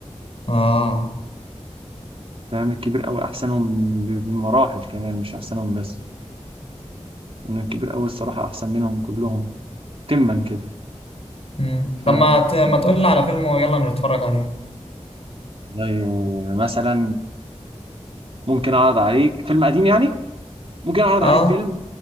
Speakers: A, on the left; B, on the right.
A: اه
B: فاهم الكبير قوي احسنهم ب- بمراحل كمان مش احسنهم بس ان الكبير قوي الصراحه احسن منهم كلهم تما كده
A: امم
B: ف-
A: طب ما ت... ما تقول لي على فيلم ويلا نتفرج عليه
B: زي مثلا ممكن اعرض عليك فيلم قديم يعني ممكن اعرض
A: اه
B: عليك فيلم